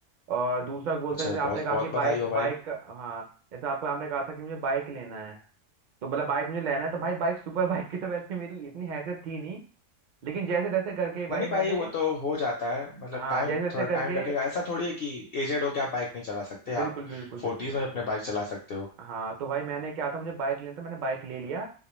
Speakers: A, on the right; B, on the left.
A: और दूसरा गोल
B: अच्छा
A: था जैसे
B: भाई
A: आपने
B: बहुत
A: कहा
B: बहुत
A: कि बाइक
B: बधाई हो भाई
A: बाइक हाँ जैसे आपको आपने कहा था कि मुझे बाइक लेना है तो मतलब बाइक मुझे लेना है तो भाई बाइक सुपर बाइक की तो वैसे मेरी इतनी हैसियत थी नहीं लेकिन जैसे तैसे करके भाई
B: नहीं नहीं
A: मैंने
B: भाई वो तो हो जाता है मतलब
A: हाँ
B: टाइम
A: जैसे तैसे
B: थोड़ा
A: करके
B: टाइम लगेगा ऐसा थोड़ी है कि एजेड हो के आप बाइक नहीं चला सकते
A: बिल्कुल
B: आप
A: बिल्कुल
B: फोर्टीज
A: बिल्कुल
B: में अपने बाइक चला सकते हो
A: हाँ तो भाई मैंने क्या था मुझे बाइक लेना था मैंने बाइक ले लिया